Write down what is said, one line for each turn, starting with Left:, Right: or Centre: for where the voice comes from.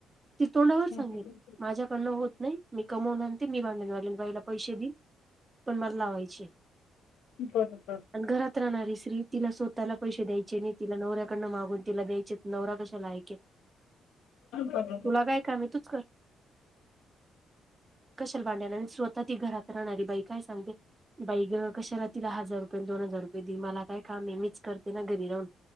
Right: ती तोंडावर सांगेल.
Left: हं.
Right: माझ्याकडनं होत नाही. मी कमवून आणते. मी भांडी धुवालेन बाई लाव पैसे दिन. पण मला लावायचीय.
Left: बरोबर.
Right: घरात राहणारी श्री. तिला स्वतःला पैसे द्यायचे नाही. तिला नवऱ्याकडनं मागून‌ तिला द्यायचेत. नवरा कशाला ऐकेल.
Left: बरोबर
Right: तुला काय कामय. तूच कर. कशाला भांडन. अन् स्वतः ती घरात राहणारी बाई. काय सांगते, बाई गं. कशाला तिला हजार रुपये न दोन हजार रुपये दि. मला काय कामय? मीच करते ना, घरी राहून.